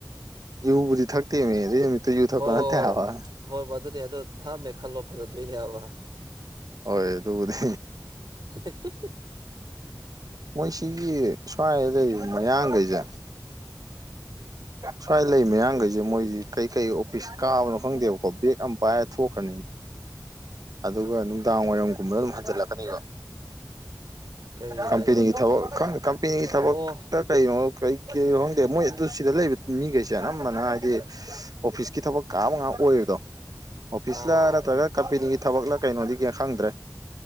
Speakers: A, on the right (about 55°); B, on the right (about 80°).
A: ꯌꯨꯕꯨꯗꯤ ꯊꯛꯇꯦ ꯃꯤ ꯑꯗꯨ ꯅꯨꯃꯤꯠꯇ ꯌꯨ ꯊꯛꯄ
B: ꯍꯣꯏ
A: ꯅꯠꯇꯦ
B: ꯍꯣꯏ ꯍꯣꯏ
A: ꯍꯥꯏꯕ
B: ꯍꯣꯏ ꯃꯗꯨꯅꯦ ꯑꯗꯨ ꯊꯛꯑꯝꯃꯦ ꯈꯜꯂꯣ ꯐꯖꯗꯣꯏꯅꯦ ꯍꯥꯏꯕ
A: ꯍꯣꯏ ꯑꯗꯨꯕꯨꯗꯤ
B: ꯍꯥꯍꯥ ꯍꯤꯍꯤ
A: ꯃꯣꯏꯁꯤꯒꯤ ꯁ꯭ꯋꯥꯏꯗ ꯂꯩꯔꯤꯕ ꯃꯌꯥꯡꯒꯩꯖꯦ ꯁ꯭ꯋꯥꯏ ꯂꯩ ꯃꯌꯥꯡꯈꯩꯁꯦ ꯃꯣꯏꯁꯤ ꯀꯩꯀꯩ ꯑꯣꯐꯤꯁ ꯀꯥꯕꯅꯣ ꯈꯪꯗꯦꯕꯀꯣ ꯕꯦꯛ ꯑꯃ ꯄꯥꯏꯔ ꯊꯣꯛꯈ꯭ꯔ ꯑꯗꯨꯒ ꯅꯨꯡꯗꯥꯡ ꯋꯥꯏꯔꯝꯒꯨꯝꯕꯗ ꯑꯗꯨꯝ ꯍꯟꯖꯜꯂꯛꯀꯅꯤꯕ
B: ꯀꯩꯒꯤꯅꯣ
A: ꯀꯝꯄꯦꯅꯤꯒꯤ
B: ꯍꯥꯏꯁꯦ
A: ꯊꯕꯛ ꯈꯪ ꯀꯝꯄꯦꯅꯤꯒꯤ ꯊꯕꯛ
B: ꯑꯣ
A: ꯂ ꯀꯩꯅꯣ ꯀꯩ ꯀꯩꯅꯣ ꯈꯪꯗꯦ ꯃꯣꯏ ꯑꯗꯨ ꯁꯤꯗ ꯂꯩꯕ ꯃꯤꯈꯩꯁꯦ ꯑꯅꯝꯕꯅꯅ ꯍꯥꯏꯗꯤ ꯑꯣꯐꯤꯁꯀꯤ ꯊꯕꯛ ꯀꯥꯕ ꯉꯥꯛ ꯑꯣꯏꯔꯤꯗꯣ ꯑꯣꯐꯤꯁꯂ
B: ꯑꯥ
A: ꯅꯠꯇ꯭ꯔꯒ ꯀꯝꯄꯦꯅꯤꯒꯤ ꯊꯕꯛꯂ ꯀꯩꯅꯣꯗꯤ ꯈꯪꯗ꯭ꯔꯦ